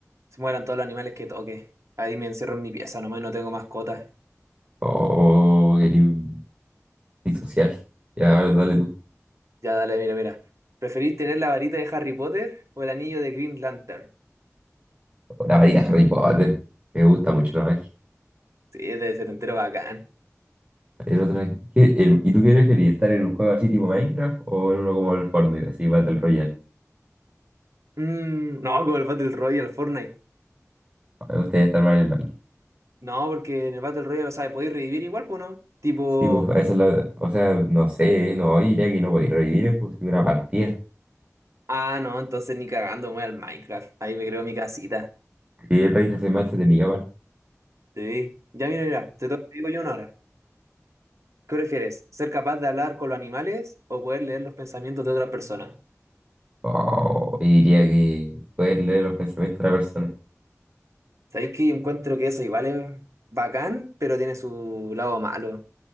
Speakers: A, on the right (about 65°); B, on the right (about 30°).
A: se mueran todos los animales que toque. Ahí me encierro en mi pieza nomás y no tengo mascotas.
B: O oh, querís un disocial. Ya, a ver, dale tú.
A: Ya dale, mira, mira. ¿Preferís tener la varita de Harry Potter o el anillo de Green Lantern?
B: La varita Harry Potter. Me gusta mucho la magia.
A: Sí, debe ser entero bacán.
B: El otro, es- ¿qué- el- ¿y tú qué preferirías? ¿Estar en un juego así tipo Minecraft o en uno como el Fortnite, así Battle Royale?
A: Mm, no, como el Battle Royale, Fortnite.
B: Me gustaría estar más en el Minecraft.
A: No, porque en el Battle Royale, lo sabes, podéis revivir igual, pues no. Tipo.
B: Sí, pues, esa es la, o sea, no sé, ¿eh? no yo diría que no podía revivir pues, sí, una partida.
A: Ah, no, entonces ni cagando, me voy al Minecraft. Ahí me creo mi casita.
B: Y el Minecraft es más entretenido, aparte.
A: Sí. Ya mira, mira, te toca, te digo yo una hora. ¿Qué prefieres? ¿Ser capaz de hablar con los animales o poder leer los pensamientos de otra persona?
B: Oh, y diría que poder leer los pensamientos de una persona.
A: Sabéis que yo encuentro que eso igual es bacán, pero tiene su lado malo.